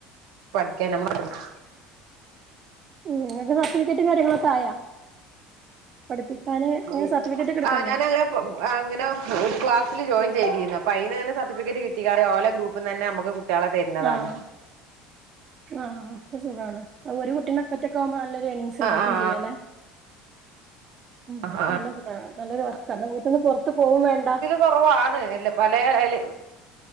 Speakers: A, on the right (about 65°); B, on the right (about 40°).
A: പഠിക്കാൻ <unintelligible>
B: ഉം. ഇങ്ങക്ക് സർട്ടിഫിക്കറ്റും കാര്യങ്ങളൊക്കെ ആയാ? പഠിപ്പിക്കാന് അങ്ങനെ
A: ഉം
B: സർട്ടിഫിക്കറ്റ് ഒക്കെ എടുക്കണ്ടേ
A: ആഹ് ഞാനങ്ങനെ പ്പം ആഹ് ങ്ങനെ ഒരു ക്ലാസ്സിൽ ജോയിൻ ചെയ്തീന്നു. അപ്പം അയ്ന്ന് ഇങ്ങനെ സർട്ടിഫിക്കറ്റ് കിട്ടിക്കാണ്ട് ഓല ഗ്രൂപ്പിന്നന്നെ നമുക്ക് കു നതാന്ന്.
B: ആഹ് ആഹ് അപ്പ സുഖാണ്. അ ഒരു കുട്ടിനെക്കൊറ്റക്കാവുമ്പോ നല്ലൊരു ഏണിംങ്സ് ഉണ്ടാക്കും
A: ആഹ് ആഹ്
B: ചെയ്യാലേ. ഉം.
A: ആഹ്
B: നല്ലൊരുതാണ്, നല്ലൊരു വർക്കാ. ന്നാ വീട്ട്ന്ന് പൊർത്ത് പോവും വേണ്ട.
A: കൊർവാണ്. എല്ല പലേ അയ്ല്